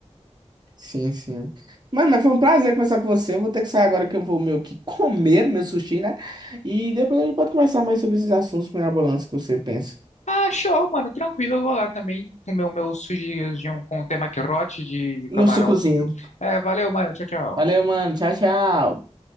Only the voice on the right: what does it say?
Sim, sim. Mano, mas foi um prazer conversar com você. Eu vou ter que sair agora que eu vou meio que <laughs> comer meu sushi, né? E depois a gente pode conversar mais sobre esses assuntos mirabolantes que você pensa.
E
o sucozinho.
Valeu, mano. Tchau, tchau.